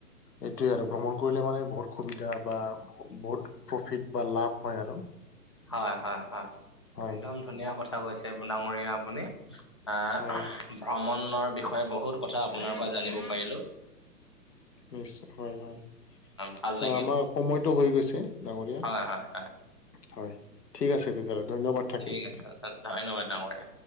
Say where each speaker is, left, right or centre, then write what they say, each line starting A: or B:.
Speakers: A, on the left; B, on the left.
A: এইটোৱে আৰু, ভ্ৰমণ কৰিলে মানে বহুত সুবিধা বা, বহুত প্ৰফিট বা লাভ হয় আৰু।
B: হয়-হয়-হয়,
A: হয়
B: একদম ধুনীয়া কথা কৈছে, ডাঙৰীয়া আপুনি। আহ
A: হয়
B: ভ্ৰমণৰ বিষয়ে বহুত কথা আপোনাৰ পৰা জানিব পাৰিলো
A: নিশ্চয় হয় হয়
B: ভাল
A: অ
B: লাগিল।
A: আমাৰ সময়টো হৈ গৈছে ডাঙৰীয়া
B: হয়, হয়, হয়,
A: হয় ঠিক আছে তেতিয়াহ'লে ধন্যবাদ থাকিল
B: ঠিক আছে, ধন্যবাদ ডাঙৰীয়া